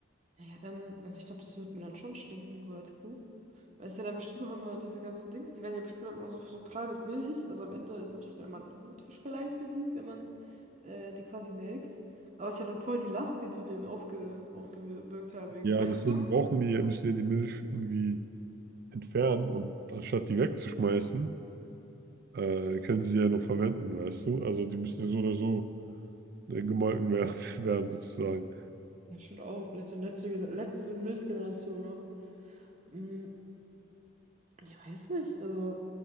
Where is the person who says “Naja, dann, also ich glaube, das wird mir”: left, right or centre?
Right